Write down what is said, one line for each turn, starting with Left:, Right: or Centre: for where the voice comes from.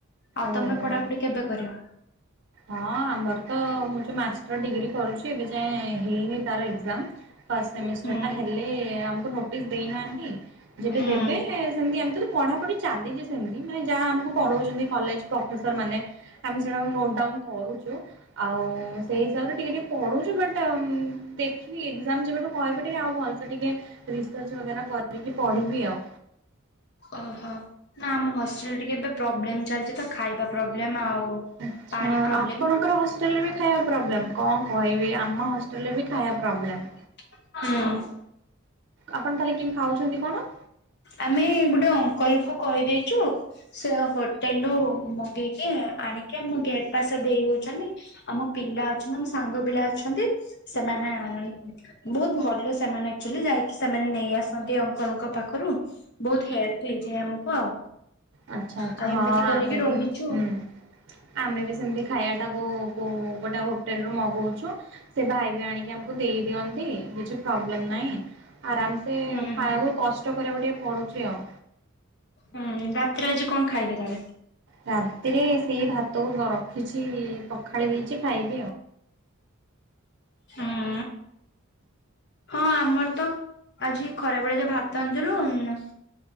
Left: ଆଉ
Right: ଓହୋ।
Left: ତମେ ପଢାପଢି କେବେ କରିବ?
Right: ହଁ ଆମର ତ ମୁଁ ଯୋଉ ମାଷ୍ଟର୍ ଡିଗ୍ରୀ କରୁଛି ଏବେ ଯାଏଁ ହେଇନି ତାର ଏକ୍ଜାମ୍। ଫାଷ୍ଟ ସେମିଷ୍ଟର
Left: ହୁଁ
Right: ଟା ହେଲେ ଆମକୁ ନୋଟିସ୍ ଦେଇନାହାନ୍ତି। ଯେବେ
Left: ହୁଁ
Right: ଦେବେ ସେମିତି ଏମିତି ତ ପଢାପଢି ଚାଲିଚି ସେମିତି ମାନେ ଯାହା ଆମକୁ ପଢାଉଛନ୍ତି କଲେଜ ପ୍ରଫେସର ମାନେ ଆମେ ସେଟାକୁ ନୋଟ୍ ଡାଉନ୍ କରୁଛୁ ଆଉ ସେଇ ହିସାବରେ ଟିକେ ଟିକେ ପଢ଼ୁଛୁ ବଟ୍ ଦେଖିକି ଏକ୍ଜାମ ଯେବେଠୁ କହିବେ ଟିକେ ଆଉ ଭଲ୍ ସେ ଟିକେ ରିସର୍ଚ୍ ବଗେରା କରିକି ପଢିବି ଆଉ।
Left: ଓହୋ ନା ଆମ ହଷ୍ଟେଲ୍ ଟିକେ ଏବେ ପ୍ରୋବ୍ଲେମ୍ ଚାଲିଛି ତ ଖାଇବା ପ୍ରୋବ୍ଲେମ୍ ଆଉ
Right: ଆଚ୍ଛା
Left: ପାଣି ପ୍ରୋବ୍ଲେମ
Right: ଆପଣଙ୍କର ହଷ୍ଟେଲ୍ ରେ ବି ଖାଇବା ପ୍ରୋବ୍ଲେମ୍, କଁ କହିବି ଆମ ହସ୍ ହେଲେ ବି ଖାଇବା ପ୍ରୋବ୍ଲେମ୍।
Left: ହୁଁ।
Right: ଆପଣ ତାହେଲେ କେମିତି ଖାଉଛନ୍ତି କଣ?
Left: ଆମେ ଗୋଟେ ଅଙ୍କଲ୍ କୁ କହିଦେଇଚୁ ସେ ହୋଟେଲ୍ ରୁ ମଗେଇକି ଆଣିକି ଆମ ଗେଟ ପାସେ ଦେଇ ଦୋଉଚନ୍ତି। ଆମ ପିଲା ଅଛ ଆମ ସାଙ୍ଗ ପିଲା ଅଛନ୍ତି। ସେମାନେ ବୋହୁତ୍ ଭଲ ସେମାନେ ଆକ୍ଚୁଲି ଯାଇକି ସେମାନେ ନେଇ ଆସ୍। ନ୍ତି ଅଙ୍କଲ୍ ଙ୍କ ପାଖରୁ ବୋହୁତ୍ ହେଲ୍ପ୍ ହେଇଯାଏ ଆମକୁ ଆଉ।
Right: ଆଚ୍ଛା ଆଚ୍ଛା
Left: ଆଉ
Right: ହଁ
Left: ଏମିତି କରିକି
Right: ଆମେ
Left: ରହିଛୁ।
Right: ବି ହୁଁ। ଆମେ ବି ସେମିତି ଖାଇବା ଟାକୁ କୋଉ ଗୋଟେ ହୋଟେଲ ରୁ ମଗୋଉଚୁ। ସେ ଭାଇ ବି ଆଣିକି ଆମକୁ ଦେଇ ଦିଅନ୍ତି କିଛି ପ୍ରୋବ୍ଲେମ୍ ନାହିଁ ଆରାମ୍ ସେ
Left: ହୁଁ ହୁଁ
Right: ଖାଇବାକୁ କଷ୍ଟ କରିବାକୁ ଟିକେ ପଡ଼ୁଛି ଆଉ।
Left: ହୁଁ ରାତିରେ ଆଜି କଣ ଖାଇବେ ତାହେନେ।
Right: ରାତିରେ ସେଇ ଭାତକୁ ରଖିଛି ପଖାଳି ଦେଇକି ଖାଇବି ଆଉ।
Left: ହୁଁ। ହଁ ଆମର୍ ତ ଆଜି ଖରାବେେଳେ ତ ଭାତ ଆଣିଥିଲୁ।